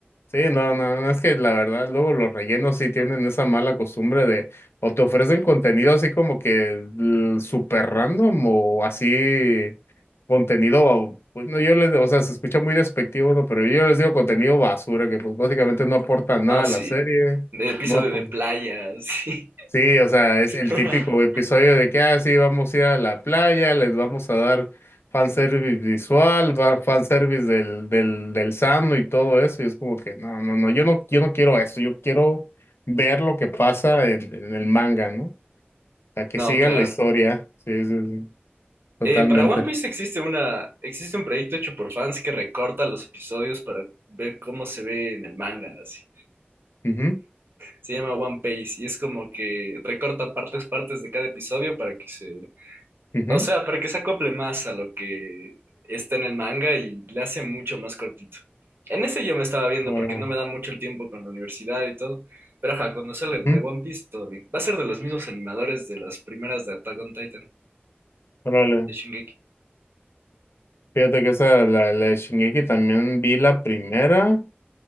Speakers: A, on the left; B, on the right.
A: Sí, no, no, no, es que la verdad, luego los rellenos sí tienen esa mala costumbre de, o te ofrecen contenido así como que mm, súper random o así contenido, pues no yo les digo, o sea, se escucha muy despectivo, ¿no? Pero yo les digo contenido basura, que pues básicamente no aporta nada
B: no, sí,
A: a la serie,
B: de episodio
A: no apo-
B: de playa, sí.
A: Sí, o sea, es el
B: <laughs>
A: típico episodio de que, ah, sí, vamos a ir a la playa, les vamos a dar fanservice visual, va- fanservice del, del, del sano y todo eso, y es como que, no, no, no, yo no, yo no quiero eso, yo quiero ver lo que pasa en, en el manga, ¿no? O sea, que
B: No,
A: sigan
B: claro.
A: la historia, sí, sí, sí, totalmente.
B: Eh, para One Piece existe una, existe un proyecto hecho por fans que recorta los episodios para ver cómo se ve en el manga, así.
A: Ujú,
B: Se llama One Piece y es como que recorta partes, partes de cada episodio para que se,
A: ujú,
B: O sea, para que se acople más a lo que está en el manga y le hace mucho más cortito. En ese yo me estaba viendo
A: ahora,
B: porque no me da mucho el tiempo con la universidad y todo. Pero ajá, cuando salga el
A: ujú.
B: de One Piece, todo bien. Va a ser de los mismos animadores de las primeras de Attack on Titan,
A: Órale,
B: de Shingeki.
A: fíjate que esa, la, la de Shingeki también vi la primera,